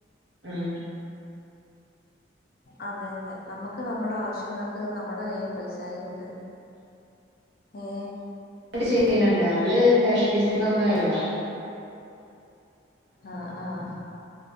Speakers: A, on the right; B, on the left.
A: ഉം
B: അതെ അതെ നമുക്ക് നമ്മുടെ ആവശ്യങ്ങൾക്ക് നമ്മുടെ കയ്യിൽ പൈസായ ഉണ്ട് ഏ
A: ചെയ്യണണ്ട് അവള് ഫാഷൻ ഡിസൈന ഒക്കെ ആയതാ
B: ആഹ് ആഹ്